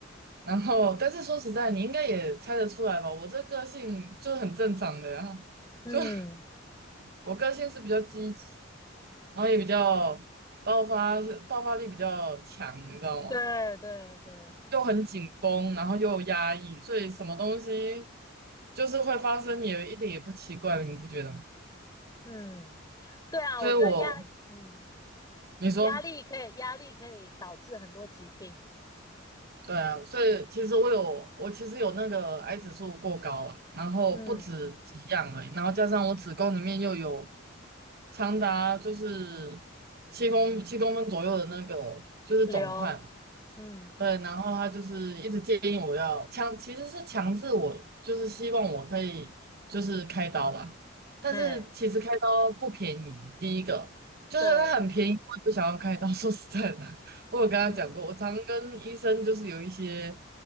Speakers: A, on the right (about 50°); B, on the left (about 20°).
A: 然后，但是说实在，你应该也猜得出来吧？我这个性就很正常的呀、
B: 嗯，
A: 就 <laughs> 我个性是比较积极，然后也比较爆发爆发力比较强，你知道吗？
B: 对对对，
A: 又很紧绷，然后又有压抑，所以什么东西就是会发生，也一点也不奇怪，你不觉得吗？
B: 嗯，对啊，
A: 所以我，
B: 我觉得压嗯
A: 你说，
B: 压力可以压力可以导致很多疾病，
A: 对啊，所以其实我有，我其实有那个癌指数过高了，然后不止几样而已，
B: 嗯，
A: 然后加上我子宫里面又有长达就是七公七公分左右的那个就是肿块，
B: 流，
A: 嘛。
B: 嗯。
A: 对，然后他就是一直建议我要强，其实是强制我，就是希望我可以就是开刀啦。但是其实开刀不便宜，
B: 嘿，
A: 第一个就是它很便宜，
B: 对，
A: 我也不想要开刀。<laughs> 说实在的，我有跟他讲过，
B: 嗯，
A: 我常跟医生就是有一些